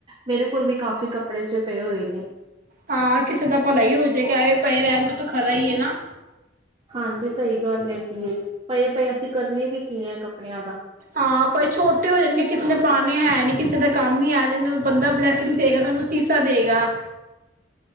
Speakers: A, on the right; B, on the right.
A: ਮੇਰੇ ਕੋਲ ਵੀ ਕਾਫੀ ਕੱਪੜੇ ਜੇ ਪਏ ਹੋਏ ਨੇ
B: ਹਾਂ ਕਿਸੇ ਦਾ ਭਲਾ ਹੀ ਹੋ ਜੇ ਕਿਵੇਂ ਪਏ ਰਹਿਣ ਤੇ ਤਾਂ ਖਰਾ ਈ ਏ ਨਾ
A: ਹਾਂਜੀ ਸਹੀ ਗੱਲ ਹੈ ਕਿ ਪਏ ਪਏ ਅਸੀਂ ਕਰਨੇ ਵੀ ਕੀ ਹੈ ਕੱਪੜਿਆਂ ਦਾ
B: ਹਾਂ ਭਾਈ ਛੋਟੇ ਹੋ ਜਾਣਗੇ ਕਿਸੇ ਨੇ ਪਾਨੇ ਹੈ ਨੀ ਕਿਸੇ ਦੇ ਕੰਮ ਹੀ ਆ ਜਾਣ ਬੰਦਾ ਬਲੈਸਿੰਗ ਦੇਗਾ ਸਾਨੂੰ ਸੀਸਾ ਦੇਗਾ